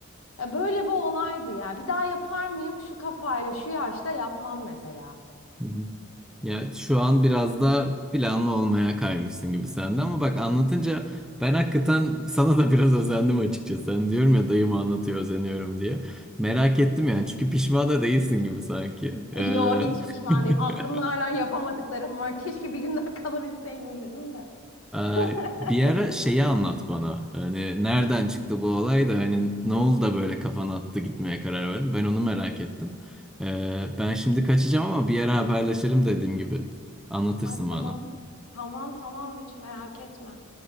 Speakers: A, on the left; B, in the centre.
A: Ya böyle bir olaydı ya. Bir daha yapar mıyım şu kafayla şu yaşta yapmam mesela.
B: hı hı. Ya şu an biraz da planlı olmaya kaymışsın gibi sende ama bak anlatınca ben hakikaten <laughs> sana da biraz özendim açıkçası. Hani diyorum ya dayım anlatıyor özeniyorum diye. Merak ettim yani çünkü pişman da değilsin gibi sanki. Ee,
A: Yo hiç pişman
B: <laughs>
A: değilim. Aklımda hala yapamadıklarım var. Keşke bir gün daha <laughs> kalabilseydim dedim de. <laughs>
B: Ee, bir ara şeyi anlat bana. Hani nereden çıktı bu olay da hani ne oldu da böyle kafana attı gitmeye karar verdin? Ben onu merak ettim. Ee, ben şimdi kaçacağım ama bir ara haberleşelim dediğim gibi. Anlatırsın
A: Ay
B: bana.
A: tamam. Tamam tamam hiç merak etme.